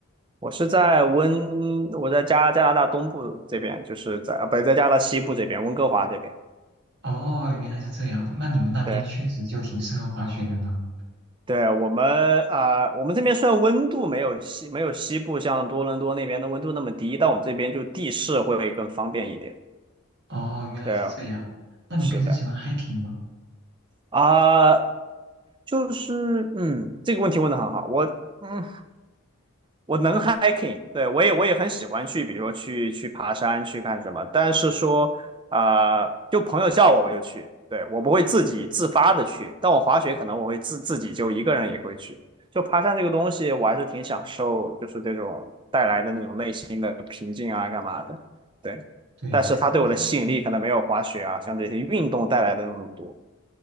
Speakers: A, on the right; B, on the right.
A: 我是在温，我在加加拿大东部这边，就是在，啊不，在加拿大西部这边，温哥华这边。
B: 哦，原来是这样。那你们那边确实就挺适合滑雪的呢。
A: 对，对，我们啊、我们这边虽然温度没有西没有西部像多伦多那边的温度那么低，但我们这边就地势会更方便一点。
B: 哦，原来是这样。
A: 对，
B: 那你平时喜欢
A: 是的
B: hiking 吗？
A: 啊。就是，嗯，这个问题问的很好。我，嗯，我能 hiking，对，我也我也很喜欢去，比如说去去爬山，去干什么。但是说，啊，呃就朋友叫我我就去，对，我不会自己自发的去。但我滑雪可能我会自自己就一个人也会去。就爬山这个东西，我还是挺享受，就是这种带来的那种内心的平静啊，干嘛的，对。
B: 对，
A: 但是它对我的吸引力可能没有滑雪啊，
B: 其实，嗯
A: 像这些运动带来的那么多。